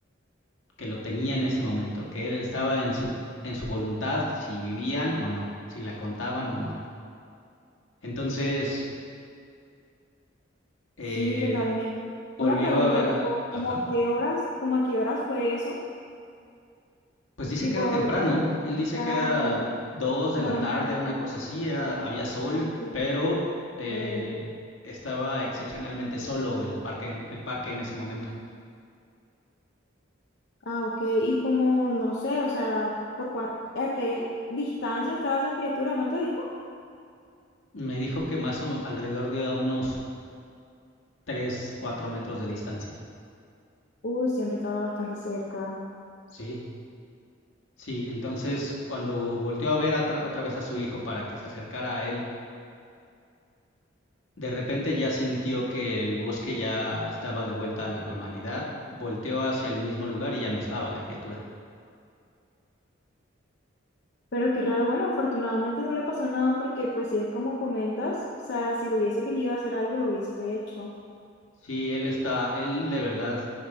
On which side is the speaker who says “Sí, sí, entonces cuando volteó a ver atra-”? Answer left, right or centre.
Left